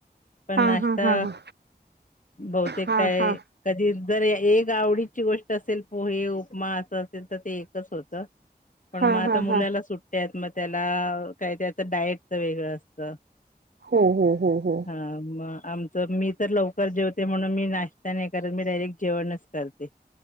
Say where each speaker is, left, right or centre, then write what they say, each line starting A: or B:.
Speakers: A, on the left; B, on the right.
A: पण
B: हा
A: नाश्ता
B: हा हा हा
A: बहुतेक
B: हा
A: काय.
B: हा
A: कधी जर एक आवडीची गोष्ट असेल पोहे उपमा असं असेल तर ते एकच होतं. पण
B: हा
A: मग आता
B: हा
A: मुलाला
B: हा
A: सुट्ट्यात मग त्याला काय त्याचं डायटच वेगळं असतं.
B: हो हो हो.
A: हा मग आमचं मी तर लवकर जेवते म्हणून मी नाश्ता नाही करत मी डायरेक्ट जेवणच करते.